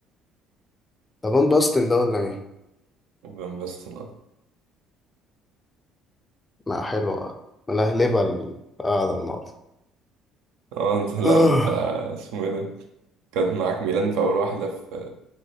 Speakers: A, on the left; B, on the right.
A: ده فان باستن ده ولا مين
B: فان باستن اه
A: لا حلوة ملهلبة القعدة النهاردة
B: آه، انت <laughs> لو
A: آه،
B: انت اسمه ايه ده كانت معاك ميلان في اول واحده في